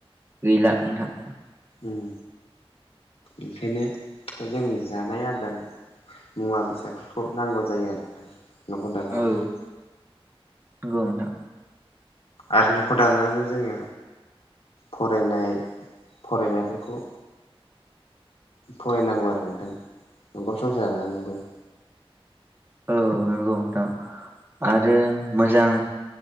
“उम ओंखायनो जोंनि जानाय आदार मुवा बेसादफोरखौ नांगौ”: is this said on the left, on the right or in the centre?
Left